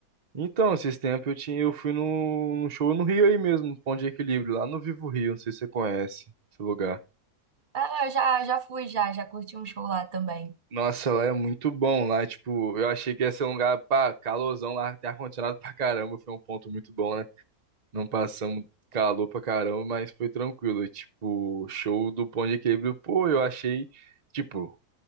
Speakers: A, on the right (about 60°); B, on the right (about 40°).
A: Então, esses tempos eu tinha, eu fui num, num show no Rio aí mesmo, no Ponto de Equilíbrio, lá no Vivo Rio, não sei se você conhece esse lugar.
B: Ah, eu já, já fui, já, já curti um show lá também.
A: Nossa, lá é muito bom, lá, tipo, eu achei que ia ser um lugar, pá, calorzão lá, tem ar-condicionado pra caramba, foi um ponto muito bom, né? Não passamos calor pra caramba, mas foi tranquilo. Tipo, show do Ponto de Equilíbrio, pô, eu achei. Tipo,